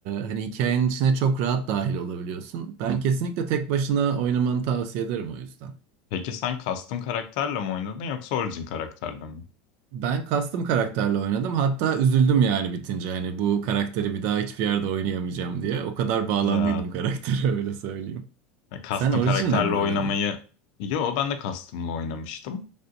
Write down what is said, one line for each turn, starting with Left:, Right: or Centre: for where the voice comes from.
Right: hani hikayenin içine çok rahat dahil olabiliyorsun. Ben kesinlikle tek başına oynamanı tavsiye ederim o yüzden.
Left: Peki sen custom karakterle mi oynadın yoksa origin karakterle mi?
Right: Ben custom karakterle oynadım. Hatta üzüldüm yani bitince. Hani bu karakteri bir daha hiçbir yerde oynayamayacağım diye. O kadar bağlandıydım
Left: Ya
Right: karaktere <laughs> öyle söyleyeyim.
Left: e, custom
Right: Sen orijinle
Left: karakterle
Right: mi oynadın?
Left: oynamayı yo ben de custom'la oynamıştım